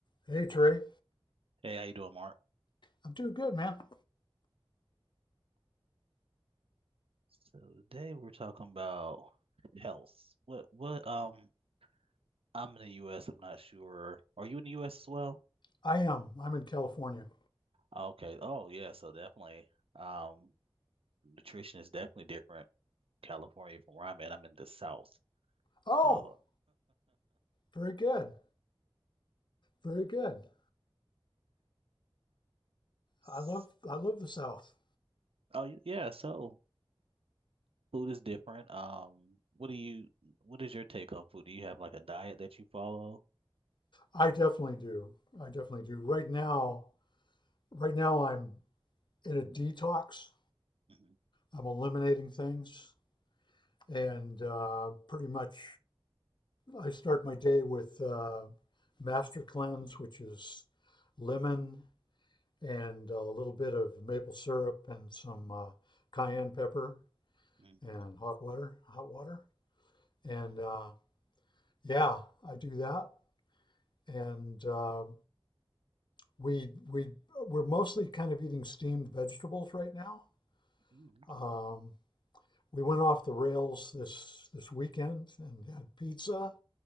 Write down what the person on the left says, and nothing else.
Hey, Trey.
I'm doing good, man.
I am. I'm in California.
Oh,
very good. Very good.
I love I love the South.
I definitely do. I definitely do. Right now, right now I'm in a detox.
I'm eliminating things and uh, pretty much I start my day with uh, Master Cleanse, which is lemon and a little bit of maple syrup and some uh, cayenne pepper
and hot water, hot water. And uh, yeah, I do that. And uh, we we we're mostly kind of eating steamed vegetables right now.
Um, we went off the rails this this weekend and had pizza.